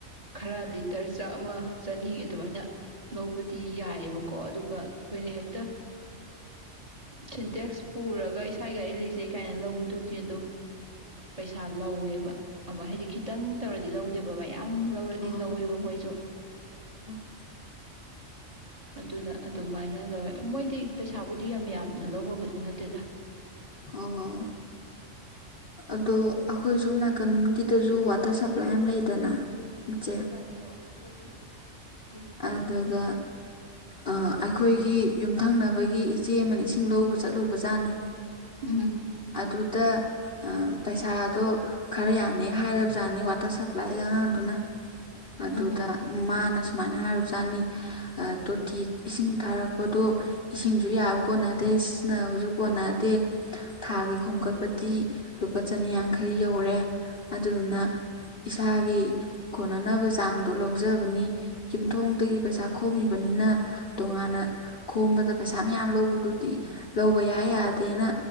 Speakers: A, on the right; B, on the left.
A: ꯈꯔ ꯂꯤꯇꯔ ꯆꯥꯝꯃ ꯆꯅꯤ ꯑꯗꯨꯃꯥꯏꯅ ꯂꯧꯕꯗꯤ ꯌꯥꯏꯑꯦꯕꯀꯣ ꯑꯗꯨꯒ ꯑꯩꯈꯣꯏꯅ ꯍꯦꯛꯇ ꯁꯤꯟꯇꯦꯛꯁ ꯄꯨꯔꯒ ꯏꯁꯥꯒꯤ ꯒꯥꯔꯤ ꯂꯩꯖꯩ ꯀꯥꯏꯅ ꯂꯧꯕꯗꯨꯗꯤ ꯑꯗꯨꯝ ꯄꯩꯁꯥ ꯂꯧꯋꯦꯕ ꯑꯃ ꯍꯥꯏꯗꯤ ꯈꯤꯇꯪ ꯇꯧꯔꯗꯤ ꯂꯧꯗꯦꯕ ꯃꯌꯥꯝ ꯂꯧꯔꯗꯤ
B: ꯑꯣ
A: ꯂꯧꯋꯦꯕ ꯃꯣꯏꯁꯨ
B: <inaudible>
A: ꯑꯗꯨꯅ ꯑꯗꯨꯃꯥꯏꯅ ꯂꯧꯋꯦ ꯃꯣꯏꯗꯤ ꯄꯩꯁꯥꯕꯨꯗꯤ ꯌꯥꯝ ꯌꯥꯝꯅ ꯂꯧꯕꯕꯨꯗꯤ ꯅꯠꯇꯦꯗ
B: ꯑꯣ ꯑꯗꯨ ꯑꯈꯣꯏ ꯁꯣꯝ ꯅꯥꯛ ꯀꯟꯒꯤꯗꯖꯁꯨ ꯋꯥꯇꯔ ꯁꯄ꯭ꯂꯥꯏ ꯑꯃ ꯂꯩꯗꯅ ꯏꯆꯦ
A: ꯍꯥꯏꯕꯗ꯭ꯔꯣ <unintelligible> ꯎꯝ
B: ꯑꯗꯨꯗ ꯑ ꯑꯩꯈꯣꯏꯒꯤ ꯌꯨꯝꯊꯪꯅꯕꯒꯤ ꯏꯆꯦ ꯑꯃꯅ ꯏꯁꯤꯡ ꯂꯧꯕ ꯆꯠꯂꯨꯕꯖꯥꯠꯅꯦ
A: ꯎꯝ
B: ꯑꯗꯨꯗ ꯑ ꯄꯩꯁꯥꯗꯣ ꯈꯔ ꯌꯥꯝꯅ ꯍꯦꯛ ꯍꯥꯏꯔꯕꯖꯥꯠꯅꯤ ꯋꯥꯇꯔ ꯁꯄ꯭ꯂꯥꯏꯒꯤ ꯑꯉꯥꯡꯗꯨꯅ
A: ꯎꯝ
B: ꯑꯗꯨꯗ ꯃꯥꯅ ꯁꯨꯃꯥꯏꯅ ꯍꯥꯏꯔꯨꯖꯥꯠꯅꯤ ꯇꯣꯇꯤ ꯏꯁꯤꯡ ꯊꯥꯔꯛꯄꯗꯣ ꯏꯁꯤꯡꯁꯨ ꯌꯥꯕ ꯀꯣꯟꯅꯗꯦ ꯁꯤꯖꯤꯟꯅꯕꯁꯨ ꯀꯣꯟꯅꯗꯦ ꯊꯥꯒꯤ ꯈꯣꯝꯒꯠꯄꯗꯤ ꯂꯨꯄꯥ ꯆꯅꯤꯌꯥꯡꯈꯩ ꯌꯧꯔꯦ ꯑꯗꯨꯗꯨꯅ ꯏꯁꯥꯒꯤ ꯀꯣꯟꯅꯅꯕ ꯆꯥꯡꯗꯣ ꯂꯧꯖꯕꯅꯤ ꯌꯨꯝꯊꯣꯡꯗꯒꯤ ꯄꯩꯁꯥ ꯈꯣꯝꯃꯤꯕꯅꯤꯅ ꯇꯣꯉꯥꯟꯅ ꯈꯣꯝꯕꯗ ꯄꯩꯁꯥ ꯃꯌꯥꯝ ꯂꯧꯕꯗꯨꯗꯤ ꯂꯧꯕ ꯌꯥꯏ ꯌꯥꯗꯦꯅ